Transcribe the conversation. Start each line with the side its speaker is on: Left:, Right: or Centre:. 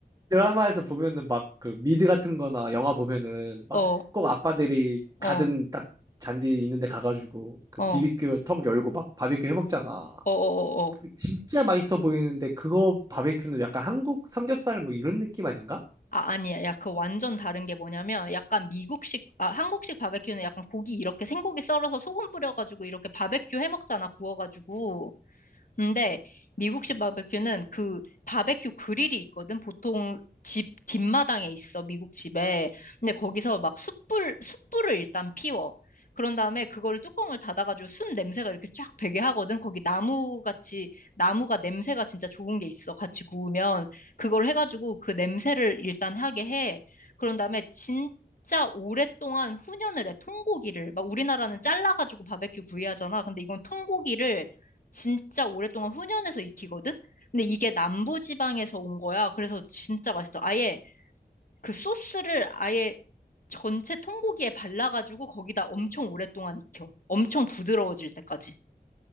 Right: 드라마에서 보면은 막 그 미드 같은 거나 영화 보면은 막
Left: 어,
Right: 꼭 아빠들이
Left: 어,
Right: 가든
Left: 어,
Right: 딱 잔디 있는데 가가지고 그
Left: 어,
Right: 비비큐 턱 열고 막 바비큐 해 먹잖아.
Left: 어, 어. 어.
Right: 진짜 맛있어 보이는데 그거 바비큐는 약간 한국 삼겹살 뭐 이런 느낌 아닌가?
Left: 아, 아니야. 야, 그 완전 다른 게 뭐냐면, 약간 미국식, 아, 한국식 바베큐는 약간 고기 이렇게 생고기 썰어서 소금 뿌려가지고 이렇게 바베큐 해 먹잖아, 구워가지고. 근데 미국식 바베큐는 그 바베큐 그릴이 있거든. 보통 집 뒷마당에 있어, 미국 집에. 근데 거기서 막 숯불, 숯불을 일단 피워. 그런 다음에 그거를 뚜껑을 닫아가지고 순 냄새가 이렇게 쫙 배게 하거든. 거기 나무 같이, 나무가 냄새가 진짜 좋은 게 있어. 같이 구우면. 그걸 해가지고 그 냄새를 일단 하게 해. 그런 다음에 진짜 오랫동안 훈연을 해. 통고기를. 막 우리나라는 잘라가지고 바베큐 구이 하잖아. 근데 이건 통고기를 진짜 오랫동안 훈연해서 익히거든? 근데 이게 남부 지방에서 온 거야. 그래서 진짜 맛있어. 아예 그 소스를 아예 전체 통고기에 발라가지고 거기다 엄청 오랫동안 익혀. 엄청 부드러워질 때까지.